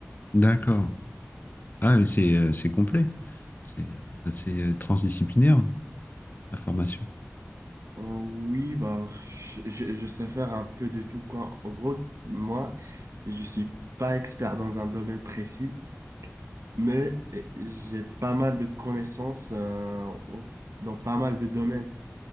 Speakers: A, on the left (about 40°); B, on the right (about 70°).
A: d'accord. Ah, c'est, euh, c'est complet. C'est assez euh, transdisciplinaire, ta formation.
B: Euh, oui, bah, je, je- je sais faire un peu de tout, quoi. En gros, moi, je suis pas expert dans un domaine précis, mais j'ai pas mal de connaissances euh, en- dans pas mal de domaines.